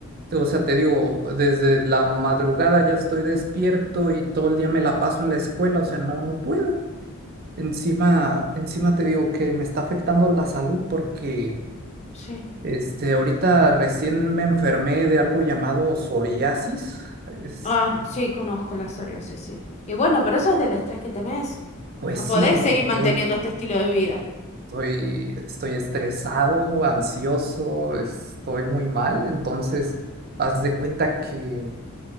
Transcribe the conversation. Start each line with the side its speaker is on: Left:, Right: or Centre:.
Right: te- o sea, te digo, desde la madrugada ya estoy despierto y todo el día me la paso en la escuela, o sea, no, no puedo. Encima, encima te digo que me está afectando la salud porque
Left: Sí.
Right: este, ahorita recién me enfermé de algo llamado psoriasis. Este,
Left: Ah, sí, conozco la psoriasis, sí. sí. Y bueno, pero eso es del estrés que tenés.
Right: pues
Left: No podés
Right: sí, porque
Left: seguir
Right: estoy,
Left: manteniendo este estilo de vida.
Right: estoy, estoy estresado, ansioso, estoy muy mal, entonces haz de cuenta que